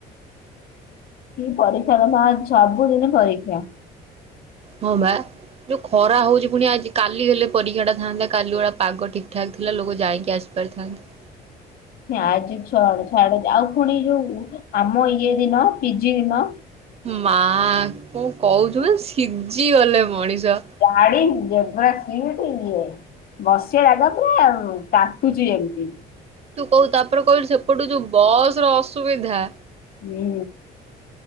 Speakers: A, on the left; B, on the right.
A: କି ପରୀକ୍ଷା ଦବ <unintelligible> ସବୁଦିନ ପରୀକ୍ଷା
B: ହଁ ବା ଯୋଉ ଖରା ହଉଛି ପୁଣି ଆଜି କାଲି ହେଲେ ପରୀକ୍ଷା ଟା ଥାନ୍ତା କାଲି ଭଳିଆ ପାଗ ଠିକ୍ ଠାକ୍ ଥିଲା ଲୋକ ଯାଇକି ଆସି ପ୍ରଥନ୍ତ <unintelligible>
A: ଆଜି ଛ ଛାଡେ ଛାଡେ ଆଉ ଫୁଣି ଯୋଉ ଆମ ଇଏ ଦିନ ପିଜି ଦିନ
B: ମା କଣ କହୁଛୁ ବେ ସିଝି ଗଲେ ମଣିଷ।
A: ଗାଡ଼ିଜେବେରା ସିଟି ଇଏ ବସିିବା ଜାଗା ପୁରା ତାଟୁଛି ଏମତି
B: ତୁ କହୁ ତାପରେ କହିଲୁ ସେପଟୁ ଯୋଉ ବସ ର ଅସୁବିଧା
A: ହୁଁ।